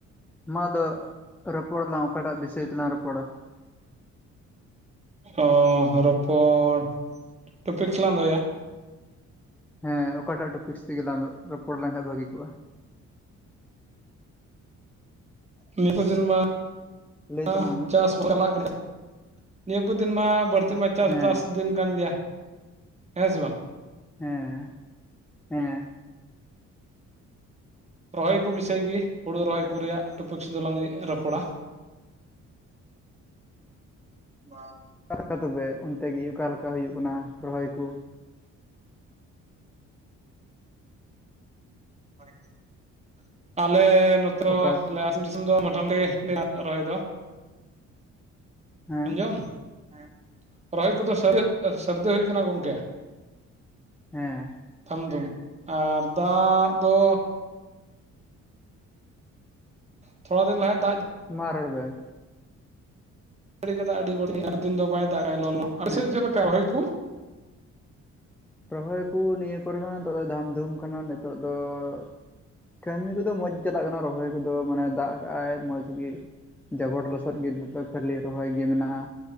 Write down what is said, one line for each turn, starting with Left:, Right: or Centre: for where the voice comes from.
Centre: ᱢᱟ ᱟᱫᱚ ᱨᱚᱯᱚᱲ ᱟᱞᱟᱝ ᱚᱠᱟ ᱴᱟᱜ ᱵᱤᱥᱚᱭ ᱛᱮᱞᱟᱝ ᱨᱚᱯᱚᱲᱟ? <inaudible>
Right: ᱚ ᱨᱚᱯᱚᱲ <inaudible> ᱴᱚᱯᱤᱠᱥ ᱞᱟᱝ ᱫᱚᱦᱚᱭᱟ ᱾
Centre: ᱦᱮᱸ ᱚᱠᱟᱴᱟᱜ ᱴᱚᱯᱤᱠᱥ ᱛᱮᱜᱮ ᱞᱟᱝ ᱨᱚᱯᱚᱲ ᱞᱮᱱᱠᱷᱟᱱ ᱵᱷᱟᱹᱜᱤ ᱠᱚᱜ-ᱟ? <inaudible>
Right: ᱱᱤᱭᱟᱹ ᱠᱚ ᱫᱤᱱ ᱢᱟ <inaudible>
Centre: ᱞᱟᱹᱭ
Right: ᱟᱸ
Centre: ᱛᱟᱞᱟᱝ ᱢᱮ
Right: ᱪᱟᱥ ᱪᱟᱞᱟᱜ ᱠᱟᱱᱟ᱾ <inaudible> ᱱᱤᱭᱟᱹ ᱠᱚ ᱫᱤᱱ ᱢᱟ ᱵᱟᱹᱲ ᱛᱤ ᱢᱟ ᱪᱟᱥ
Centre: ᱦᱮᱸ
Right: ᱪᱟᱥ ᱫᱤᱱ ᱠᱟᱱ ᱜᱮᱭᱟ <inaudible> ᱦᱮᱸ ᱥᱮ ᱵᱟᱝ᱾
Centre: ᱦᱮᱸ ᱾ <inaudible> ᱦᱮᱸ ᱾
Right: ᱨᱚᱦᱚᱭ ᱠᱚ ᱵᱤᱥᱚᱭ ᱜᱮ ᱦᱩᱲᱩ ᱨᱚᱦᱚᱭ ᱠᱚ ᱨᱮᱭᱟᱜ ᱴᱩᱯᱤᱠᱥ ᱫᱚᱞᱟᱝ ᱨᱚᱯᱚᱲᱟ ᱾ <inaudible> ᱵᱟᱝ ᱾
Centre: ᱚᱠᱟ ᱞᱮᱠᱟ ᱛᱚᱵᱮ ᱚᱱᱛᱮ ᱜᱮ ᱚᱠᱟ ᱞᱮᱠᱟ ᱦᱩᱭᱩᱜ ᱠᱟᱱᱟ ᱨᱚᱦᱚᱭ ᱠᱚ?
Right: <inaudible> ᱟᱞᱮ ᱱᱚᱛᱮᱻ ᱦᱚᱸ
Centre: ᱚᱠᱟ
Right: ᱟᱞᱮ ᱟᱥ ᱟᱢ ᱫᱤᱥᱚᱢ ᱫᱚ ᱢᱚᱴᱟᱢᱩᱴᱤ ᱨᱚᱦᱚᱭ ᱫᱚ <inaudible>
Centre: ᱦᱮᱸ
Right: ᱟᱸᱡᱚᱢ ᱦᱮᱸ ᱾ <inaudible> ᱨᱚᱦᱚᱭ ᱠᱚᱫᱚ ᱥᱟᱹᱨ ᱥᱟᱹᱨᱫᱤ ᱦᱩᱭ ᱠᱟᱱᱟ ᱜᱚᱢᱠᱮ ᱾
Centre: ᱦᱮᱸ ᱾
Right: ᱛᱷᱟᱢ ᱫᱚᱢ ᱟᱨ ᱫᱟᱜᱻ ᱫᱚ ᱛᱷᱚᱲᱟ ᱫᱤᱱ ᱞᱟᱦᱟᱭ ᱫᱟᱜ
Centre: ᱢᱟ ᱨᱚᱲ ᱵᱤᱱ ᱾
Right: <unintelligible> ᱫᱟᱜ ᱫᱤᱱ ᱫᱚ ᱵᱟᱭ ᱫᱟᱜ-ᱟ ᱞᱚᱞᱚ ᱟᱯᱮ
Centre: ᱦᱮᱸ
Right: ᱥᱮᱫ ᱪᱮᱫ ᱞᱮᱠᱟ ᱦᱚᱭ ᱠᱚ?
Centre: ᱨᱚᱦᱚᱭ ᱠᱚ ᱱᱤᱭᱟᱹ ᱠᱚᱨᱮ ᱦᱚᱸ ᱱᱤᱛᱚᱜ ᱫᱚ ᱫᱷᱟᱢᱫᱩᱢ ᱠᱟᱱᱟ ᱱᱤᱛᱚᱜ ᱫᱚ ᱾ ᱠᱟᱹᱢᱤ ᱠᱚᱫᱚ ᱢᱚᱸᱡᱽ ᱪᱟᱞᱟᱜ ᱠᱟᱱᱟ ᱨᱚᱦᱚᱭ ᱠᱚᱫᱚ ᱢᱟᱱᱮ ᱫᱟᱜ ᱠᱟᱜ-ᱟᱭ ᱢᱚᱸᱡᱽ ᱜᱮ <inaudible> ᱡᱟᱵᱚᱰ ᱞᱚᱥ ᱥᱚᱫ ᱜᱮ ᱡᱚᱛᱚ ᱠᱷᱟᱹᱞᱤ ᱨᱚᱦᱚᱭ ᱜᱮ ᱢᱮᱱᱟᱜ-ᱟ